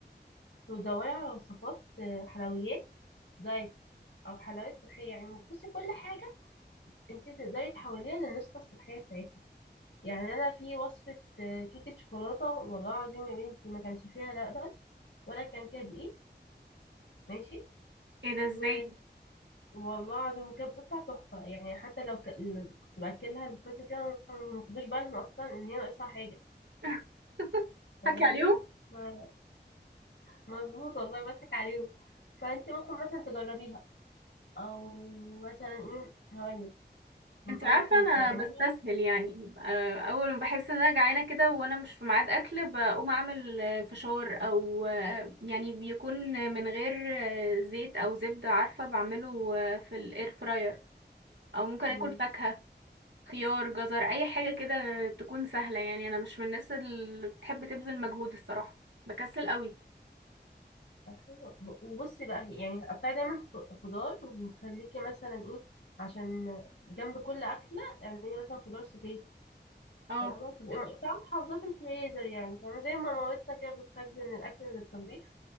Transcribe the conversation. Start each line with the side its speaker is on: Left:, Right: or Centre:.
Left: تدوري على وصفات آه، حلويات دايت او حلويات صحية يعني بصي كل حاجة انت تقدري تحوليها للنسخة الصحية بتاعتها يعني انا في وصفة آه، كيكة شوكولاتة والله العظيم يا بنتي ما كانش فيها لبن ولا كان فيها دقيق ماشي
Right: ايه ده
Left: و
Right: ازاي
Left: والله العظيم وكانت بتطلع تحفة يعني حتى لو ك... كنت بأكلها لاخواتي كده ما خدوش بالهم أصلا إن هي ناقصها حاجة
Right: <laughs>
Left: ف-
Right: حكي
Left: يعني
Right: عليهم
Left: ما- مظبوط والله بضحك عليهم فأنت ممكن مثلا تجربيها أو مثلا إيه هقولك ممكن
Right: انت عارفة انا
Left: تعملي
Right: بستسهل يعني آه، اول ما بحس ان انا جعانة كده وانا مش في ميعاد اكل بقوم اعمل آه، فشار او آه، يعني بيكون آه، من غير آه، زيت او زبدة عارفة بعمله آه، في الاير فراير او ممكن
Left: مم،
Right: اكل فاكهة خيار جزر اي حاجة كده تكون سهلة يعني انا مش من الناس اللي بتحب تبذل مجهود الصراحة بكسل قوي
Left: حلو. ب- وبصي بقى يعني قطعي دايما خ- خضار وخليكي مثلا إيه عشان جنب كل أكلة اعملي مثلا خضار سوتيه
Right: اه
Left: فاهمة تبقي اه مقطعة محافظاه في الفريزر يعني فاهمة زي ما مامتنا كده بتخزن الأكل للطبيخ